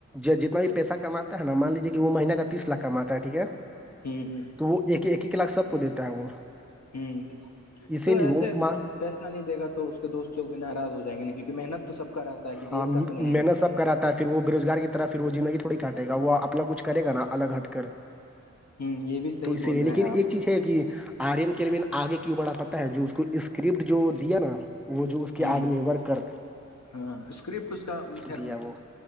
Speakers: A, in the centre; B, on the left.
A: جتنا بھی پیسہ کما ہے نا مان لیجیے کہ وہ مہیہ کا تیس لاکھ کماتا ہے ٹھیک ہے
B: ہ
A: تو وہ ایک ایک ایک لاکھ سب کو دیتا ہے وہ
B: ہوں
A: اسی
B: تو
A: لیے
B: ایسےس
A: وہ
B: اچھا نہیں دے گا تو اس کے دوست لوگ بھی ناراض ہو جائ گے نا کیونکہ محنت تو سب کا رہتا ہے کسی
A: ہاں
B: ایک
A: محنت
B: کا تو نہیں ہے
A: سب کراتا ہے پھر وہ بے روزار کی طرح پھر وہ زندگی تھوڑی کاٹےا وہ اپنا کچھ کرے گا الگ ہٹ کر
B: ہ یہ بھی صحیح
A: تو اسی
B: بول
A: لیے
B: رہے
A: لیکن
B: ہیں آپ
A: ایک چیز ہے کہ آرین کیرمین آگے کیوں بڑا پتا ہے جو اس کو اس اسکرپٹ جو دیا نا وہ جو اس کے
B: ہ
A: آگ ن بھر کر
B: ہاں اسکرپٹ اس کا خیر
A: دیا وہ